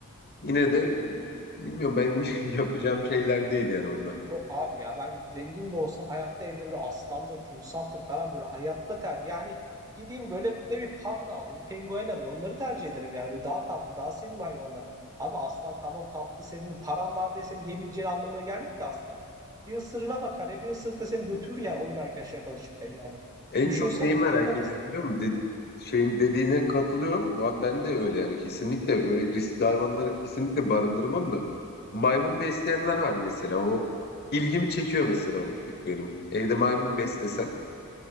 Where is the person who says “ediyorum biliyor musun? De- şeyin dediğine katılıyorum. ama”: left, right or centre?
Left